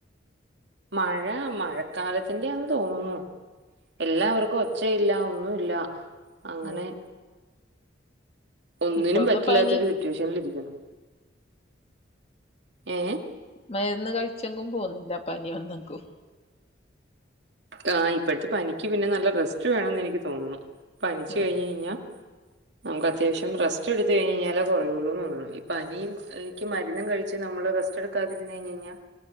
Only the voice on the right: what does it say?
മഴ മഴക്കാലത്തിന്റെയാന്ന് തോന്നുന്നു എല്ലാവർക്കും
ഒച്ചയില്ല ഒന്നുംല്ല അങ്ങനെ
ഒന്നിനും
പറ്റില്ലാത്തൊരു
സിറ്റുവേഷനിലിരിക്കുന്നു ഏ...
ആ് ഇപ്പോഴത്തെ പനിക്ക് പിന്നെ നല്ല റെസ്റ്റ് വേണന്ന് എനിക്ക് തോന്നുന്നു പനിച്ച്
കഴിഞ്കഴിഞ്ഞാൽ നമുക്ക് അത്യാവശ്യം റെസ്റ്റ് എടുത്ത് കഴിഞ് കഴിഞ്ഞാലേ കുറയുള്ളൂന്ന് തോന്നു ഈ പനിയും ക്ക് മരുന്നും കഴിച്ച് നമ്മള് റെസ്റ്റ് എടുക്കാതിന്ന് കഴിഞ് കഴിഞ്ഞാൽ